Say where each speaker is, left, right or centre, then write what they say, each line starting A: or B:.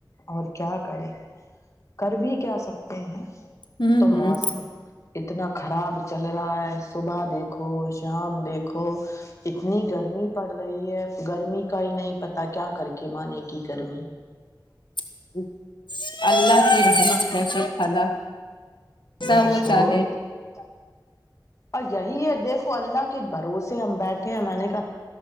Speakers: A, on the left; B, on the left.
A: اور کیا کرے کر بھی کیا سکتے ہیں <unintelligible>
B: ہوں
A: تو
B: ہوں
A: موسم اتنا خراب <unintelligible> چل رہا ہے صبح دیکھو شام دیکھو اتنی گرمی پڑ رہی ہے گرمی کا ہی نہیں پتا کیا <unintelligible> کر کے مانے کی کرمی <unintelligible>
B: <unintelligible> <unintelligible> <unintelligible> ایسا
A: بس
B: وہ
A: ہو
B: چاہے
A: <unintelligible> اور یہی ہے دیکھو اللہ کے بھروسے ہم بیٹھے ہیں میں نے کہ